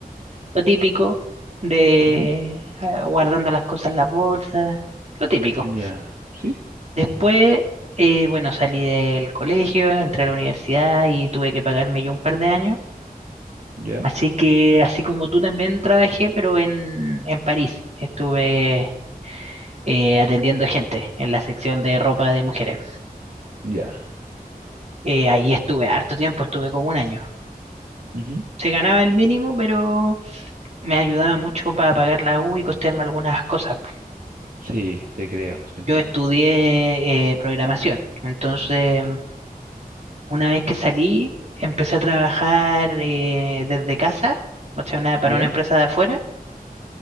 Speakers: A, on the right; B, on the right.
A: lo típico, de
B: ujú.
A: ah, guardando las cosas en las bolsas, lo típico.
B: Ya, sí,
A: Después, eh, bueno, salí del colegio, entré a la universidad y tuve que pagarme yo un par de años.
B: ya,
A: Así que, así como tú también trabajé, pero en, en París. Estuve eh, atendiendo gente en la sección de ropa de mujeres.
B: ya.
A: Eh, ahí estuve harto tiempo, estuve como un año.
B: Ujú.
A: Se ganaba el mínimo, pero me ayudaba mucho para pagar la U y costearme algunas cosas. po.
B: Sí, te creo, se entiende.
A: Yo estudié eh, programación, entonces Una vez que salí, empecé a trabajar eh, desde casa, o sea, una- para
B: ¿Ya?
A: una empresa de afuera.